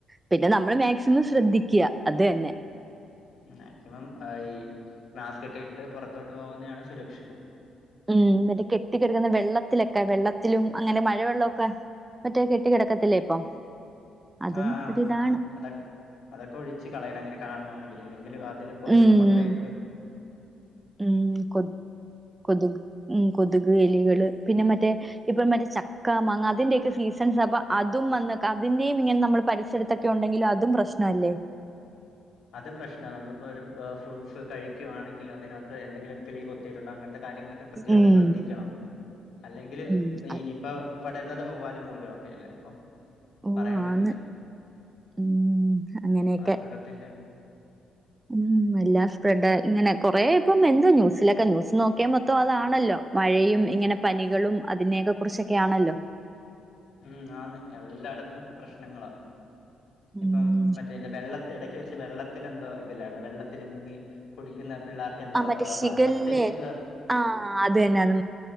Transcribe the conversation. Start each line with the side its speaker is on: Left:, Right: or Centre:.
Right: പിന്നെ നമ്മള് മാക്സിമം ശ്രദ്ധിക്ക്യ, അത് തന്നെ.
Left: മാക്സിമം ആഹ് ഈ മാസ്ക്കൊക്കെ ഇട്ട് പുറത്തോട്ട് പോകുന്നെയാണ് സുരക്ഷിതം.
Right: ഉം മറ്റേ കെട്ടിക്കെടക്കുന്ന വെള്ളത്തിലക്കെ വെള്ളത്തിലും അങ്ങനെ മഴ വെള്ളൊക്കെ മറ്റേ കെട്ടി കെടക്കത്തില്ലേ ഇപ്പൊ? അതും
Left: ആ ആ
Right: ഒരിതാണ്.
Left: അതൊക്കെ അതൊക്കെ ഒഴിച്ച് കളയണം ഇങ്ങനെ കാണുവാന്നെങ്കില്. ഇല്ലെങ്കിലും അതില് കൊതക്
Right: ഉം
Left: മൊട്ടയിട്ട്
Right: ഉം കൊ കൊതുക് ഉം കൊതുക്, എലികള് പിന്നെ മറ്റേ ഇപ്പം മറ്റേ ചക്കാ മാങ്ങ അതിന്റെക്കെ സീസൺസ് അപ്പൊ അതും വന്നക്കെ അതിന്റെയും ഇങ്ങനെ നമ്മള് പരിസരത്ത് ക്കെ ഉണ്ടെങ്കിലും അതും പ്രശ്നവല്ലേ?
Left: അത് പ്രശ്നാ നമ്മളിപ്പോ ഒരു ഫ്രൂട്ട്സ് കഴിക്കുവാണെങ്കില് അതിനകത്ത് എന്തെങ്കിലും കിളി കൊത്തിട്ടുണ്ടോ അങ്ങൻത്തെ കാര്യങ്ങള് ക്കെ കൃത്യായിട്ട്
Right: ഉം
Left: ശ്രദ്ധിക്കണം അല്ലെങ്കില്
Right: ഉം
Left: ഈ
Right: അത്-
Left: ഇപ്പൊ പടരുന്നത് വവ്വാല് മൂലോക്കെ അല്ലേ പ്പം?
Right: ഓ
Left: പറയാൻ
Right: ആന്ന്
Left: പറ്റില്ല
Right: ഉം അങ്ങനെയൊക്കെ
Left: വാസ്തകത്തിന്റെ
Right: ഉം എല്ലാ സ്പ്രെഡ് ഇങ്ങനെ കൊറെ ഇപ്പം എന്തോ ന്യൂസിലൊക്കെ ന്യൂസ് നോക്കിയാ മൊത്തം അതാണല്ലോ? മഴയും ഇങ്ങനെ പനികളും അതിനെയോക്കെ കുറിച്ചൊക്കെ ആണല്ലോ
Left: ഉം ആന്ന് എല്ലാടത്തും പ്രശ്നങ്ങളാ
Right: ഉം
Left: ഇപ്പം മറ്റേല് വെള്ളത്തി എടക്ക് വെച്ച് വെള്ളത്തിലെന്തോ ഇതില്ലായിരുന്നോ വെള്ള ത്തില് മുങ്ങി കുടിക്കുന്ന പിള്ളാർക്ക് എന്തോ
Right: ആ മറ്റേ
Left: ആഹ്
Right: ശിഖല്ലേ
Left: മ മസ്തിഷ്ക
Right: ആഹ് അത് തന്നെ അത്